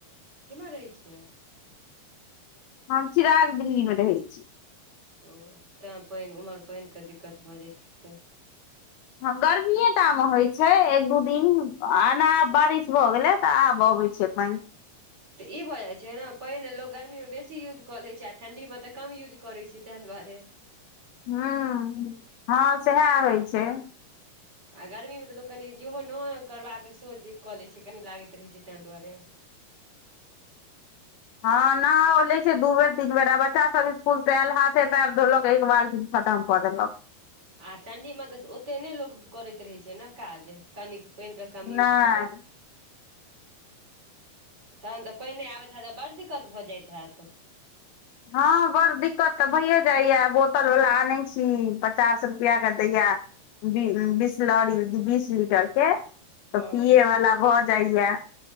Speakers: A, on the right; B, on the left.
A: किमहर रहै छियै
B: हम चिराग दिल्ली मे रहै छी
A: ओ तैं पइन उमहर पइन के दिक्कत भऽ जाइत हेते
B: हाँ गर्मीये टा म होइ छै एक दू दिन आना आब बारिश भऽ गेलै तऽ आब अबै छै पइन
A: तऽ ई भऽ जायछै ने पइन लोग गर्मी मे बेसी यूज कऽ लै छै आ ठंडी मे तऽ कम यूज करै छै तैंह दुआरे
B: ह हाँ सेहा होइ छै
A: आ गर्मी मे तऽ लोक कनु जेहो नय करबाक सेहो जे कऽ लै छै गर्मी लागैत रहै छै तैं दुआरे
B: हाँ नहाओ लैत छै दू बेर तीन बेर आ बच्चा सब स्कुल से आयल हाथे पैर धोलक एक बाल्टि खतम कऽ देलक
A: आ ठंडी मे तऽ ओते नै लोक करैत रहे छै ने काज कनिक पैन के कम यूज
B: नहि
A: केलक तहन तऽ पैने आबैत हैत तऽ बड़ दिक्कत भऽ जाइत हैत।
B: हँ बड़ दिक्कत तऽ भैए जाइए बोतल वाला आनै छी पचास रुपैया के दैये बीस बिसलरी बीस लीटर के तऽ
A: हँ
B: पिये वाला भऽ जाइये।